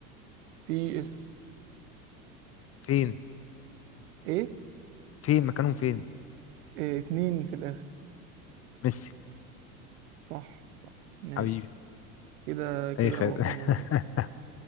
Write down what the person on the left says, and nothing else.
فين
فين مكانهم فين
ميسي
حبيبي
أي خير
<laughs>